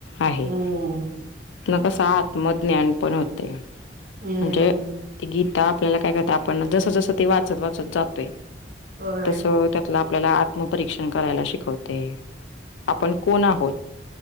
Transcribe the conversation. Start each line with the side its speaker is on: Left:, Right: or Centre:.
Left: आहे
Right: हम्म.
Left: कस आत्मज्ञान पण होते
Right: हम्म.
Left: म्हणजे गी आपल्याला काय करत आपण जस जसं ते वाचत वाचत जातोय
Right: होय.
Left: तस त्यात आपल्याला आत्मपरीक्षण करायला शिकवते आपण कोण आहोत